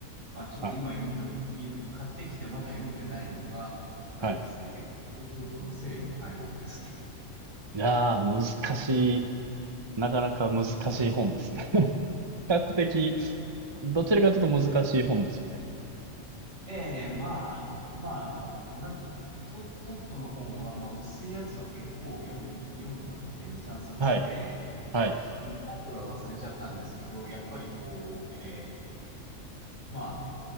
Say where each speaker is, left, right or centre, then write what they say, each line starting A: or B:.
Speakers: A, on the right; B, on the right.
A: まあ、ちょっと今読みか、
B: はい。
A: 買ってきてまだ読んでないのが、あれですね、
B: はい。
A: エルトッドの西洋の敗北ですね。
B: いやー、難しい。なかなか難しい本ですね。<laughs> 比較的、どちらかというと難しい本ですよね。
A: ええ、まあ、まあ、なんて、ト、トットの本は、まあ、薄いやつは結構読ん、読んだので、2、3冊、
B: はい。
A: ええ、
B: はい。
A: うんタイトルは忘れちゃったんですけど、やっぱりこう、ええ、まあ、